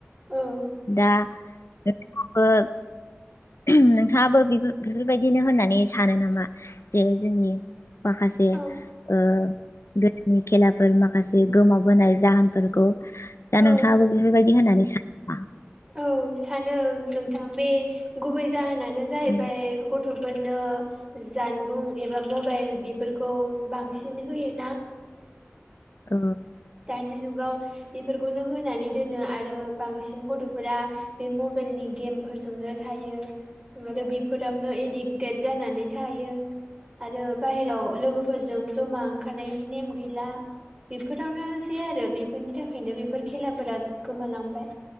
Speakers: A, on the right (about 20°); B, on the left (about 75°).
A: औ
B: दा <unintelligible> नोंथाङाबो बेफोर बेफोरबायदिनो होननानै सानो नामा जे जोंनि माखासे
A: औ
B: ओ गोदोनि खेलाफोर माखासे गोमाबोनाय जाहोनफोरखौ दा नोंथाङाबो
A: औ
B: बेफोरबायदि दि होननानै सानो‌ नामा
A: औ सानो नोंथां बे गुबै जाहोनानो जाहैबाय
B: उम
A: गथ'फोर दिनो जानबुं एबा मबाइल बेफोरखौ बांसिन होयोना
B: औ
A: दानि जुगाव बेफोरखौनो होनानै दोनो आरो बांसिन गथ'फोरा बे म बाइल नि गेमफोरजोंनो थायो आरो बेफोरावनो एडिक्टेड जानानै थायो आरो बाहेराव लोगोफोरजों ज'मा ओंखारनायनि नेम गैला बेफोर जावनो सै आरो बेफोरनि थाखायनो बेफोर खेलाफोरा गोमालांबाय